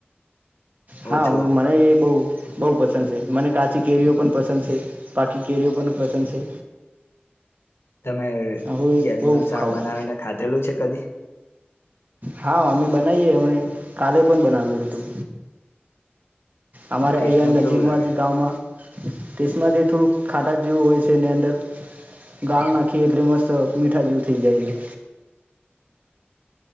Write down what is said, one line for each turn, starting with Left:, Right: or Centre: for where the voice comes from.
Right: હા
Left: ઓછો
Right: હ મને એ બહ બહ પસંદ છે મને કાચ ચી કેરીઓ પણ પસંદ છે, પાકી કેરીઓ પણ પસંદ છે.
Left: તમે
Right: હું એ
Left: કેરીનું
Right: બહુ
Left: શાક
Right: ખાઉં
Left: બનાવીને
Right: છું
Left: ખાધેલું છે કદી?
Right: હા અમે બનાવીએ એમણે કાલે પણ બનાવ્યું હતું. અમારે
Left: એ ટેસ્ટમાં
Right: અહીં નજીકમાં
Left: કેવું લાગે
Right: જ ગામંમાં ટેસમાંથી થોડુંક ખાટા જેવું હોય છેની અંદર, ગાળો નાખીએ એટલે મસ્ત મીઠા જેવું થઈ જાય છે.